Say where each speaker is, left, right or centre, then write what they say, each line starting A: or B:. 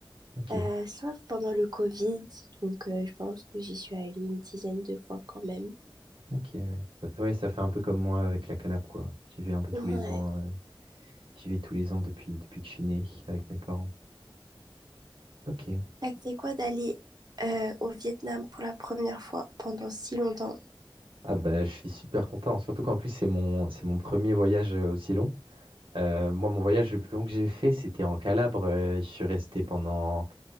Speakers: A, on the right (about 75°); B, on the right (about 50°).
A: OK.
B: Euh, sauf pendant le Covid, donc euh, je pense que j'y suis allée une dizaine de fois quand même.
A: Ok, ouais. Bah, ouais, ça fait un peu comme moi avec la Calabre, quoi. J'y vais un peu
B: Ouais.
A: tous les ans. euh, j'y vais tous les ans depuis, depuis que je suis né avec mes parents. Ok.
B: Ça, C'était quoi d'aller euh, au Vietnam pour la première fois pendant si longtemps?
A: Ah bah, je suis super content, surtout qu'en plus, c'est mon, c'est mon premier voyage euh, aussi long. Euh, moi, mon voyage le plus long que j'ai fait, c'était en Calabre. Euh, je suis resté pendant,